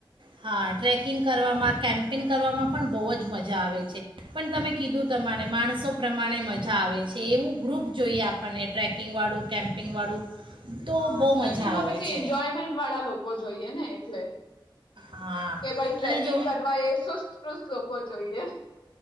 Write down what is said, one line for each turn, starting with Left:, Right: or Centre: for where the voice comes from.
Right: હા ટ્રેકિંગ કરવામાં કેમ્પિંગ કરવામાં પણ બહુ જ મજા આવે છે પણ તમે કીધું તમારે માણસો પ્રમાણે મજા આવે છે એવું ગ્રુપ જોઈએ આપણને ટ્રેકિંગવાળું કેમ્પિંગવાળું તો
Left: હા
Right: બહુ
Left: ટ્રેકિંગમાં
Right: મજા આવે
Left: પછી
Right: છે
Left: એન્જોયમેન્ટ વાળા લોકો જોઈએ ને એટલે
Right: હા
Left: કે ભઈ ટ્રેકિંગ
Right: અને જો
Left: કરવા એ સુસ્તપૃષ્ઠ લોકો જોઈએ